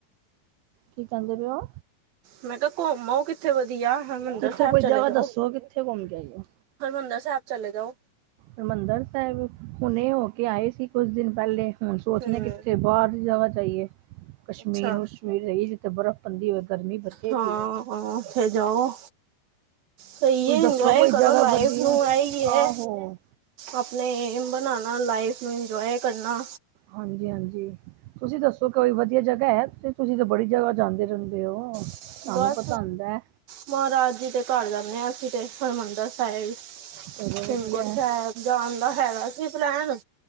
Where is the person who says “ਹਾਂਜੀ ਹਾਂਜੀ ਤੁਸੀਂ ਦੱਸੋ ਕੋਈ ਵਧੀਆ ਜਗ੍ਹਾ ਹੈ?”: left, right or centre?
Right